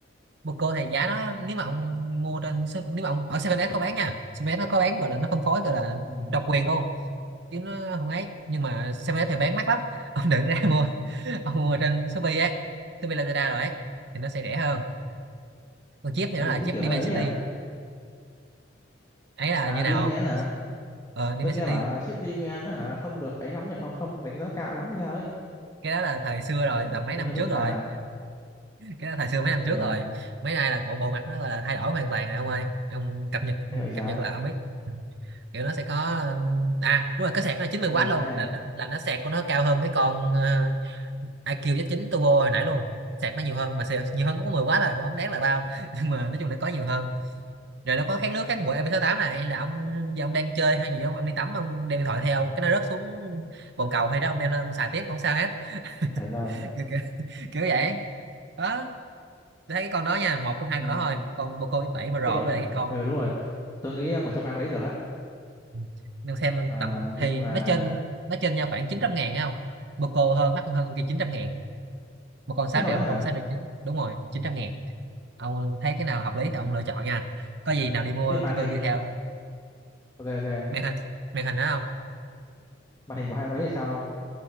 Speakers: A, on the right (about 60°); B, on the left (about 20°).
A: bồ câu này giá nó nếu mà ông mua trên se- nếu mà ông ở 7S có bán nha 7S nó có bán gọi là nó phân phối gọi là
B: ừ.
A: độc quyền luôn chứ nó không ấy nhưng mà 7S thì bán mắc lắm <laughs> ông đừng ra mua ông mua trên Shopee ấy Shopee Lazada rồi ấy thì nó sẽ rẻ hơn còn chip thì nó
B: thế thì
A: là
B: cũng
A: chip
B: kiểu
A: Dimensity
B: hơi ấy à
A: ấy là
B: à
A: như nào
B: Demand
A: không
B: hả
A: ờ Dimensity
B: tôi nghe bảo là chip Demand nó hả không được ấy lắm nhỉ không không đánh giá cao lắm hay sao ấy
A: cái đó là thời xưa rồi
B: nên
A: tầm mấy năm
B: nên không
A: trước
B: biết thế
A: rồi
B: nào
A: cái đó thời xưa mấy năm trước
B: ờ
A: rồi mấy nay là bộ bộ mặt nó gọi là thay đổi hoàn toàn rồi ông ơi ông cập nhật
B: nghe vậy trái
A: cập nhật là ông biết Ừ. kiểu nó sẽ có um, à đúng rồi cái sạc nó là chín mươi
B: nghe
A: w luôn
B: nha
A: là nó- là nó sạc của nó cao hơn cái con ờ, IQ Z9 Turbo hồi nãy luôn sạc nó nhiều hơn mà sạc nhiều hơn cũng có mười w rồi, cũng không đáng là bao <laughs> nhưng mà nói chung là có nhiều hơn rồi nó có kháng nước kháng bụi mp tám này là ông giờ ông đang chơi hay gì không, ông đi tắm ông đem điện thoại theo cái nó rớt xuống bồn cầu hay đó ông đem lên ông xài tiếp không sao hết
B: trả lời
A: <laughs> kiểu, kiểu, kiểu vậy đó tôi thấy cái con đó nha một trong hai
B: Ừm,
A: con đó thôi con Poco X7 Pro
B: chứ còn
A: với lại cái con
B: ừ đúng rồi tôi nghĩ một trong hai con đấy được á
A: Ừ. đang xem
B: Ờ,
A: tầm thì
B: nhưng mà
A: nó trên nó trên nhau khoảng chín trăm ngàn thấy không một cô hơn mắc hơn kia chín trăm ngàn một con 6
B: thế thôi
A: triệu
B: á
A: một
B: hả
A: con sáu triệu chín đúng rồi chín trăm ngàn ông thấy cái nào hợp lý
B: Ừm,
A: thì ông lựa chọn nha có gì nào đi mua
B: cái màn
A: cái tôi
B: hình
A: đi
B: ờ,
A: theo
B: ok ok
A: màn hình màn hình đó không
B: màn hình của hai con đấy thì sao không